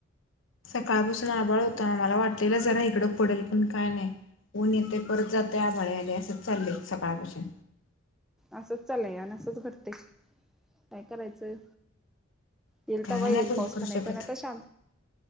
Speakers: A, on the left; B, in the centre.
A: सकाळपासून आभाळ होता आम्हाला वाटलेला जरा इकडं पडेल पण काय नाही ऊन येते परत जातय आभाळे आले असच चाललेय सकाळपासून
B: असंच चालय आणि असंच घडते काय करायचंय येईल
A: काय
B: तर बा येईल
A: नाही बघू
B: पाऊस
A: करू
B: म्हणायचा
A: शकत.
B: नाही तर शांत